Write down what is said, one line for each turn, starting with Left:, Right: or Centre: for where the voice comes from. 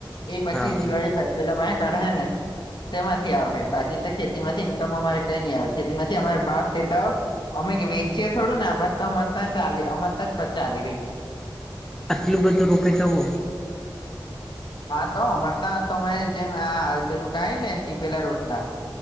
Left: એ પછી
Centre: હા
Left: દિવાળી પેલા પાહે કધેહને. તેમાંથી આવહે, બાકી તો ખેતી માંથી ઇન્કમ અમારે કઈ નઈ આવે. ખેતી માંથી અમારે ભાત કેતા હો અમે કે વેચીએ થોડુંને, આ ભાત તો અમાર ત્યાંજ ચાલે, અમાર ત્યાંજ ચાલે.
Centre: આટલું બધું રોપે તો હો?
Left: હા તો અમાર ત્યાં તમે જેમ આ પેલું કાય ને ટીપેલા રોટલા